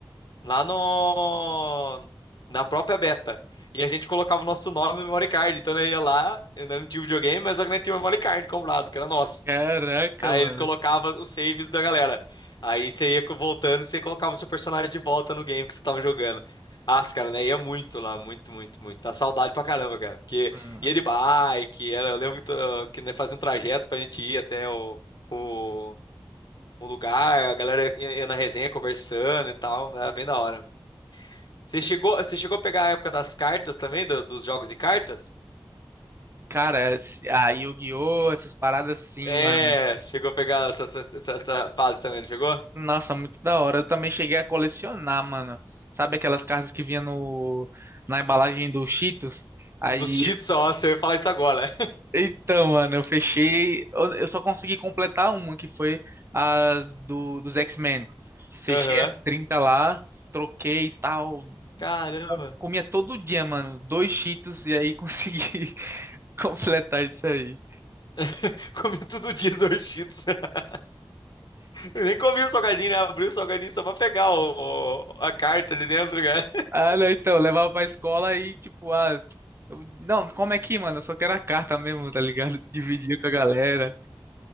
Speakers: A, on the left (about 60°); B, on the right (about 30°).
A: lá no na própria beta. E a gente colocava o nosso nome no memory card. Então eu ia lá, eu não tinha videogame, mas a gente tinha o memory card comprado, que era nosso.
B: Caraca,
A: Aí
B: mano.
A: eles colocavam os saves da galera. Aí você ia co- voltando e você colocava seu personagem de volta no game que você tava jogando. Ah, cara, né? Ia muito lá, muito, muito, muito. Tá saudade pra caramba, cara. Porque
B: Nossa.
A: ia de bike, era, eu lembro que, ah, que né, fazia um trajeto pra gente ir até o, o, o lugar, a galera ia, ia na resenha conversando e tal, era bem da hora. Você chegou, você chegou a pegar a época das cartas também, do- dos jogos de cartas?
B: Cara, se- a Yu-Gi-Oh! essas paradas sim,
A: É,
B: mano.
A: chegou a pegar essa, essa essa- essa fase também, não chegou?
B: Nossa, muito da hora. Eu também cheguei a colecionar, mano. Sabe aquelas cartas que vinha no, na embalagem do Cheetos? Aí,
A: Dos cheats, ó, você fala isso agora.
B: então, mano, eu fechei. Eu, eu só consegui completar uma, que foi a do, dos X-Men. Fechei
A: Aham.
B: as 30 lá, troquei e tal.
A: Caramba.
B: Com- Comia todo dia, mano. Dois Cheetos e aí <laughs> consegui completar isso aí.
A: <laughs> Comi todo dia dois Cheetos. <laughs> Eu nem comi o salgadinho, né? Abri o salgadinho só pra pegar o, o- a carta ali dentro, cara. <laughs>
B: Ah, não, então, eu levava pra escola e, tipo, ah, eu- não, como é que, mano? Eu só quero a carta mesmo, tá ligado? <laughs> Dividia com a galera.